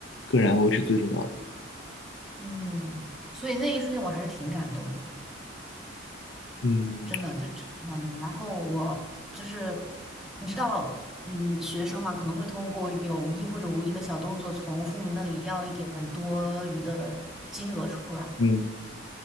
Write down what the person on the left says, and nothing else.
个人安危是最重要的。
嗯
嗯